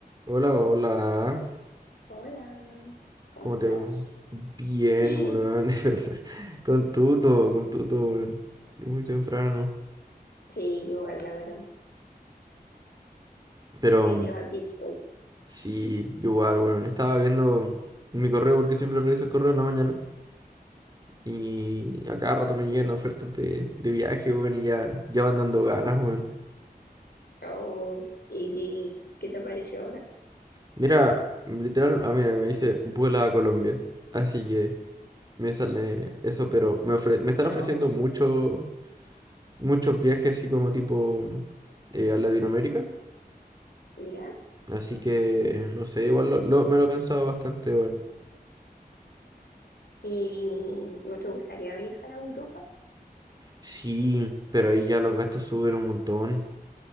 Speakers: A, on the right; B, on the left.
A: Hola, hola.
B: Hola, ¿cómo
A: ¿Cómo
B: estás?
A: te va? Bien,
B: <laughs>
A: weón. <laughs> es verdad. Con tuto, con tuto, weón. Muy temprano.
B: Sí, igual, la verdad.
A: Pero
B: Pero
A: mm,
B: aquí estoy.
A: sí, yo igual, weón. Estaba viendo mi correo porque siempre reviso el correo en la mañana. Y a cada rato me llegan ofertas de, de viaje, weón. Y ya, ya van dando ganas, weón.
B: Oh, ¿y, y qué te pareció ahora?
A: Mira, literal, ah, mira, me dice vuela a Colombia. Así que me sale eso, pero me ofre- me están
B: Ah,
A: ofreciendo
B: bueno.
A: mucho, muchos viajes así como tipo eh, a Latinoamérica.
B: Mira,
A: Así que, no sé, igual lo- lo- me lo he pensado bastante, bueno.
B: ¿y no te gustaría viajar a Europa?
A: Sí, pero ahí ya los gastos suben un montón.